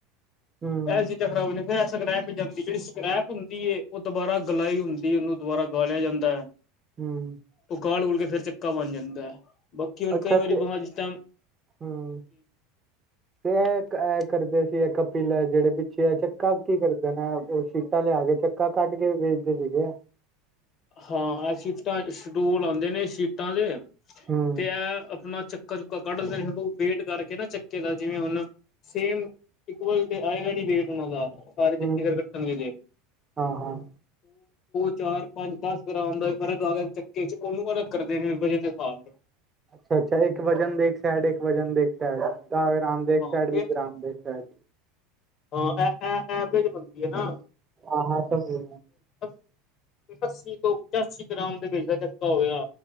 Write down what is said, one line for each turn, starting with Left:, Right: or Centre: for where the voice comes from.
Right: ਹੂੰ
Left: ਇਹ ਚੀਜ਼ਾਂ ਖਰਾਬ ਨੀ ਫੇਰ ਸਕਰੈਪ ਜਾਂਦੀ ਜਿਹੜੀ ਸਕ੍ਰੈਪ ਹੁੰਦੀ ਹੈ ਉਹ ਦੁਬਾਰਾ ਗਲਾਈ ਹੁੰਦੀ ਹੈ ਉਹਨੂੰ ਦੁਬਾਰਾ ਗਾਲਿਆ ਜਾਂਦਾ ਹੈ।
Right: ਹੂੰ
Left: ਔ ਗਾਲ ਗੂਲ ਕੇ ਫੇਰ ਚੱਕਾ ਬਣ ਜਾਂਦਾ ਹੈ। ਬਕੀ ਹੁਣ
Right: ਅੱਛਾ
Left: ਕਈ ਵਾਰੀ
Right: ਤੇ
Left: ਬਹਿਸਤਾ
Right: ਹੂੰ ਤੇ ਇਹ ਇਹ ਕਰਦੇ ਸੀ ਇਹ ਕਪਿਲ ਜਿਹੜੇ ਪਿੱਛੇ ਆ ਚ ਚੱਕਾ ਕੀ ਕਰ ਦੇਣਾ ਉਹ ਸ਼ੀਟਾਂ ਲਿਆ ਕੇ ਚੱਕਾ ਕੱਢ ਕੇ ਵੇਚਦੇ ਸੀਗੇ।
Left: ਹਾਂ ਸੀਟਾਂ ਸਟੂਲ ਆਦੇ ਨੇ ਸ਼ੀਟਾਂ ਦੇ
Right: ਹੂੰ
Left: ਤੇ ਇਹ ਆਪਣਾ ਚੱਕਾ ਚੁੱਕਾ ਕੱਢ ਲਦੇ ਵੇਟ ਕਰਕੇ ਨਾ ਚੱਕੇ ਦਾ ਜਿਵੇਂ ਹੁਣ ਸੇਮ ਇਕੁਲ ਤੇ ਆਏਗਾ ਨੀ ਵੇਟ ਉਹਨਾਂ ਦਾ ਸਾਰੇ ਚੱਕੀਗਰ
Right: ਹੂੰ
Left: ਕਟਣ ਗੇ ਐਦੇ
Right: ਹਾਂ ਹਾਂ
Left: ਚਾਰ ਪੰਜ ਦਸ ਗ੍ਰਾਮ ਦਾ ਫਰਕ ਆ ਗਿਆ ਚੱਕੇ ਚ ਉਹਨੂੰ ਕ ਅਲਗ ਕਰਦੇ ਨੇ ਹਿਸਾਬ
Right: ਅੱਛਾ-ਅੱਛਾ ਇੱਕ ਵਜਨ ਦੇਖ ਸਡ ਇੱਕ ਵਜਨ ਦੇਖ ਤਾਂ ਰਾਮਦੇਵ
Left: ਹਾਂ
Right: ਸਾਈਡ ਵੀ
Left: ਤੇ
Right: ਰਾਮਦੇਵ ਸਾਈਡ
Left: ਹਾਂ ਐਵਰੇਜ ਬਣਦੀ ਹੈ ਨਾ
Right: ਹਾਂ-ਹਾਂ ਸਮਝ ਗਿਆ।
Left: ਪ ਪੱਸੀ ਤੋਂ ਪਚਾਸੀ ਗ੍ਰਾਮ ਦੇ ਵਿੱਚ ਦਾ ਚੱਕਾ ਹੋਇਆਂ।